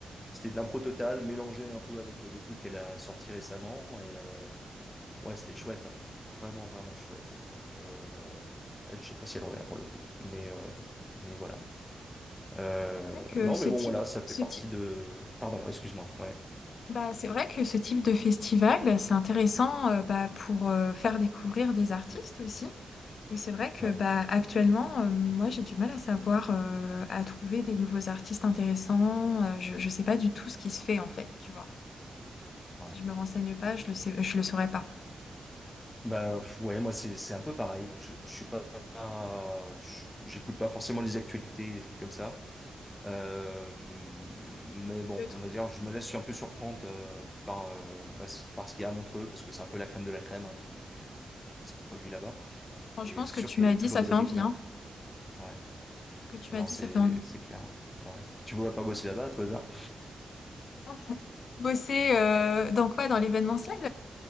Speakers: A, on the left; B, on the left.
A: C'était de l'impro totale, mélangé un peu avec euh, des trucs qu'elle a sortis récemment. Et euh, ouais, c'était chouette, hein. Vraiment, vraiment chouette. Donc, euh, elle, je sais pas si elle revient pour le coup, mais euh, mais voilà. Euh,
B: vrai que
A: non,
B: ce
A: mais
B: type,
A: bon, voilà, ça fait
B: ce
A: partie
B: type-
A: de. Pardon, excuse-moi. Ouais.
B: bah, c'est vrai que ce type de festival, c'est intéressant euh, bah, pour euh, faire découvrir des artistes aussi. Et c'est vrai que
A: ouais.
B: bah, actuellement, euh, moi, j'ai du mal à savoir, euh, à trouver des nouveaux artistes intéressants. Euh, je ne sais pas du tout ce qui se fait en fait, tu vois.
A: Ouais.
B: Si je me renseigne pas, je le sais, je le saurais pas.
A: Bah pff, ouais, moi c'est c'est un peu pareil. Je, je suis pas, euh, je- j'écoute pas forcément les actualités, les trucs comme ça. Euh, mais bon,
B: Le truc,
A: on va dire, je me laisse un peu surprendre euh, par euh, bah, c- par ce qu'il y a à Montreux, parce que c'est un peu la crème de la crème hein, qui qui se produit là-bas.
B: franchement,
A: Et euh, c'est
B: ce que
A: sûr
B: tu
A: qu'il
B: m'as
A: y a toujours
B: dit, ça
A: des
B: fait
A: belles
B: envie,
A: découvertes.
B: hein.
A: Ouais.
B: Ce que tu
A: Ah
B: m'as
A: Non,
B: dit,
A: c'est
B: ça fait envie.
A: c'est clair. hein. Ouais. Tu voudrais pas bosser là-bas, à tout hasard?
B: <laughs> Bosser euh, dans quoi? Dans l'événementiel?